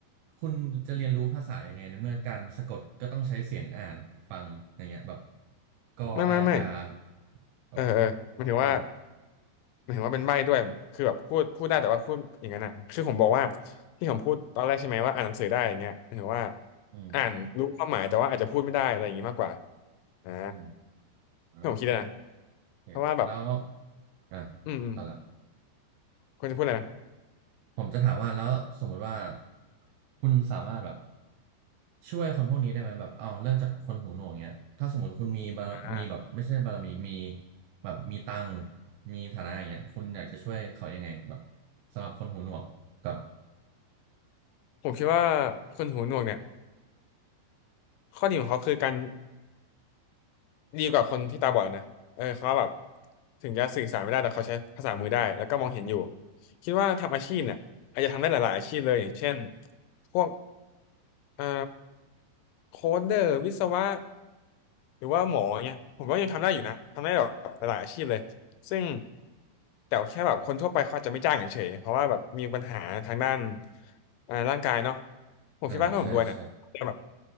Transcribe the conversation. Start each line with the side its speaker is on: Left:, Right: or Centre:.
Right: คุณจะเรียนรู้ภาษายังไงในเมื่อการสะกดก็ต้องใช้เสียงอ่านฟังอย่างเงี้ยแบบกออากา
Left: ไม่ไม่ไม่
Right: แบบ
Left: เออเออหมันถือว่า
Right: อ่า
Left: หมันถือว่าเป็นใบ้ด้วยคือแบบพูดพูดได้แต่ว่าพูดอย่างนั้นอ่ะคือผมบอกว่าที่ผมพูดตอนแรกใช่ไหมว่าอ่านหนังสือได้อย่างเงี้ยหมันถือว่า
Right: อืม
Left: อ่านรู้ความหมายแต่ว่าอาจจะพูดไม่ได้อะไรอย่างงี้มากกว่าอ่า
Right: อืมอ่า
Left: ที่ผมคิดนะ
Right: โอเคแล้ว
Left: เพราะว่าแบบ
Right: อ่ะ
Left: อืมอืม
Right: ต่อละ
Left: ควรจะพูดอะไรนะ
Right: ผมจะถามว่าแล้วสมมติว่าคุณสามารถแบบช่วยคนพวกนี้ได้ไหมแบบเอาเริ่มจากคนหูหนวกเนี้ยถ้าสมมติคุณมีบารมีแบบไม่ใช่บารมีมี
Left: อ่า
Right: แบบมีตังค์มีฐานะอย่างเงี้ยคุณอยากจะช่วยเขายังไงแบบสำหรับคนหูหนวกก่อน
Left: ผมคิดว่าคนหูหนวกเนี่ยข้อดีของเขาคือการ ดีกว่าคนที่ตาบอดนะเออเขาแบบถึงจะสื่อสารไม่ได้แต่เขาใช้ภาษามือได้แล้วก็มองเห็นอยู่คิดว่าทำอาชีพเนี่ยอาจจะทำได้หลายๆอาชีพเลยอย่างเช่นพวกเอ่อโค้ดเดอร์วิศวะหรือว่าหมอเนี่ยผมว่ายังทำได้อยู่นะทำได้แบบหลายๆอาชีพเลยซึ่งแต่แค่แบบคนทั่วไปเขาอาจจะไม่จ้างเฉยๆเพราะว่าแบบมีปัญหาทางด้านอ่าร่างกายเนาะผมคิดว่าถ้าผมรวยเนี่ย
Right: อ่าใช่ใช่
Left: จะแบบ